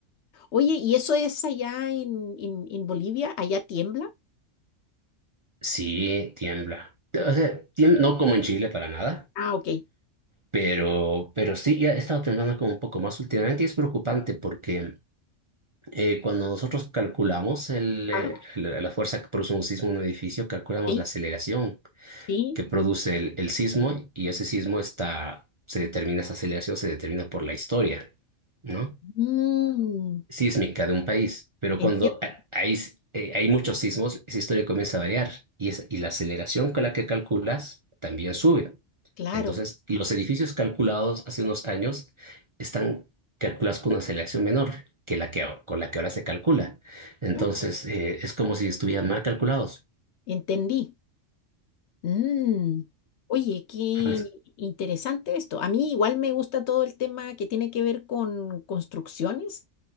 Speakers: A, on the left (about 65°); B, on the right (about 30°).
A: Oye, ¿y eso es allá en, en, en Bolivia? ¿Allá tiembla?
B: Sí, tiembla. O sea, tiemb- no como en Chile para nada,
A: Ah, ok.
B: pero, pero sí, ya he estado temblando como un poco más últimamente y es preocupante porque eh, cuando nosotros calculamos el,
A: Ah,
B: eh, la la fuerza que produce un sismo en un edificio, calculamos
A: sí,
B: la aceleración.
A: sí.
B: que produce el, el sismo y ese sismo está, se determina, esa aceleración se determina por la historia, ¿no?
A: Mm,
B: Sísmica de un país, pero
A: entiendo,
B: cuando ha- hay, s- eh, hay muchos sismos, esa historia comienza a variar y, es, y la aceleración con la que calculas también sube.
A: claro.
B: Entonces, los edificios calculados hace unos años están calculados con una aceleración menor que la que, a- con la que ahora se calcula. Entonces,
A: Ah,
B: eh, es como si estuvieran mal calculados.
A: Entendí. Mm. Oye, qué
B: Ah,
A: interesante esto. A mí igual me gusta todo el tema que tiene que ver con construcciones,